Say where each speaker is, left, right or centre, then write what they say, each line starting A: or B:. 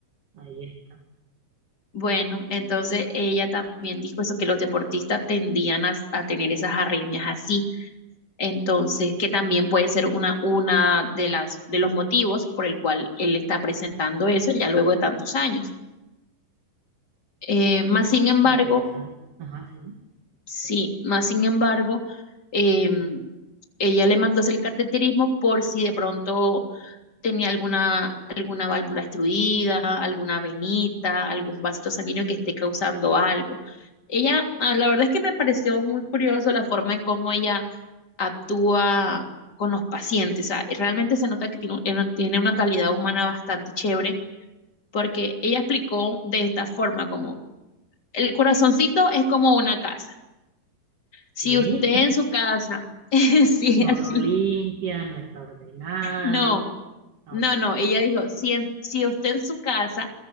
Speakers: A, on the right (about 40°); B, on the left (about 25°).
A: Ahí está.
B: Bueno, entonces ella también dijo eso, que los deportistas tendían a, a tener esas arritmias así. Entonces, que también puede ser una, una de las, de los motivos por el cual él está presentando eso ya luego de tantos años. Eh,
A: Quitando.
B: más sin embargo,
A: Interesante. Ajá, sí.
B: sí,
A: perdón.
B: más sin embargo, em, ella le mandó a hacer el cateterismo por si de pronto tenía alguna, alguna válvula obstruida, alguna venita, algún vasito sanguíneo que esté causando algo. Ella, ah, la verdad es que me pareció muy curioso la forma en cómo ella actúa con los pacientes. O sea, realmente se nota que tiene, un- era- tiene una calidad humana bastante chévere, porque ella explicó de esta forma, como el corazoncito es como una casa. Si
A: Leí.
B: usted
A: <laughs>
B: en su casa, <laughs> sí,
A: No
B: así,
A: lo limpia, no está ordenado.
B: no.
A: Ah,
B: No,
A: ok.
B: no, ella dijo, si, en- si usted en su casa